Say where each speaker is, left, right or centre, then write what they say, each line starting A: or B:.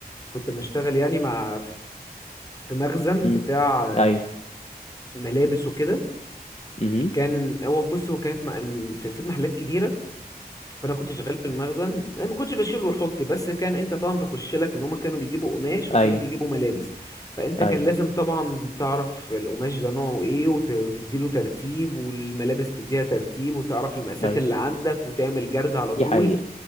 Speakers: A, on the left (about 20°); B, on the left (about 40°).
A: كنت بشتغل يعني مع في مخزن
B: امم
A: بتاع آه،
B: ايوه
A: ملابس وكده
B: امم
A: كان هو بص هو كانت م- م- سلسله محلات كبيره فانا كنت شغال في المخزن أنا ما كنتش بشيل وحط بس كان انت طبعا بخش لك ان هم كانوا بيجيبوا قماش وكانوا
B: ايوه
A: بيجيبوا ملابس فانت
B: ايوه
A: كان لازم طبعا تعرف القماش ده نوعه ايه وت- وتديله ترتيب والملابس تديها ترتيب وتعرف المقاسات
B: ايوه
A: اللي عندك وتعمل جرد على
B: دي
A: طول
B: حقيقة